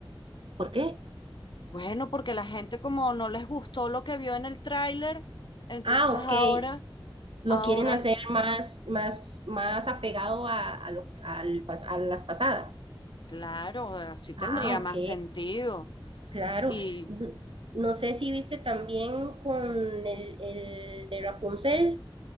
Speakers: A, on the right (about 70°); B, on the left (about 55°).
A: ¿Por qué?
B: Bueno, porque la gente como no les gustó lo que vio en el tráiler, entonces
A: Ah, ok,
B: ahora,
A: lo
B: ahora,
A: quieren hacer más, más, más apegado a, a, lo- al pas- a las pasadas.
B: claro, así tendría
A: Ah, ok,
B: más sentido.
A: Claro,
B: Y
A: n- no sé si viste también con el, el de Rapunzel,